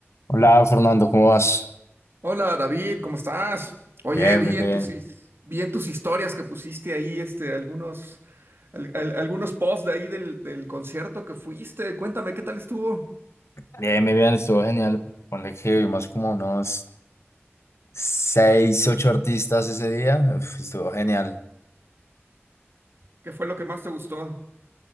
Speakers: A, on the left; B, on the right.
A: Hola Fernando, ¿cómo vas?
B: Hola David, ¿cómo estás? Oye,
A: Bien,
B: vi
A: bien, bien.
B: en tus, his- vi en tus historias que pusiste ahí este, algunos, al- al- algunos posts de ahí del, del concierto que fuiste. Cuéntame, ¿qué tal estuvo?
A: Bien, bien, bien, estuvo genial. Ponle que vimos como unos seis, ocho artistas ese día. Uf, estuvo genial.
B: ¿Qué fue lo que más te gustó?